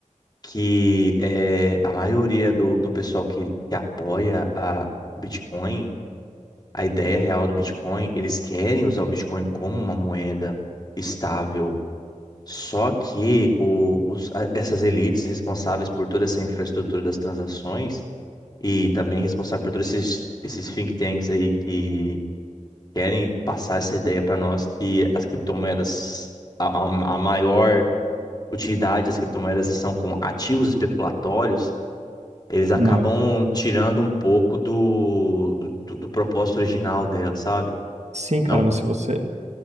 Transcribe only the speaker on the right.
não.
Sim, cara,
mas se você.